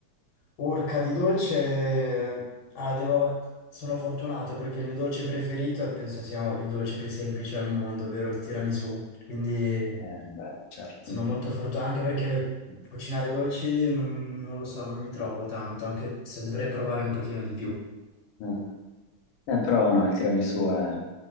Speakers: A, on the left; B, on the left.
A: Urca di dolce... Ah, devo... Sono fortunato perché il mio dolce preferito penso sia il dolce più semplice al mondo, ovvero il tiramisù. Quindi...
B: Eh, beh, certo.
A: Sono molto fortunato anche perché cucinare dolci non, non lo so, non mi trovo tanto, anche se dovrei provare un pochino di più.
B: Eh, eh, però no, il tiramisù è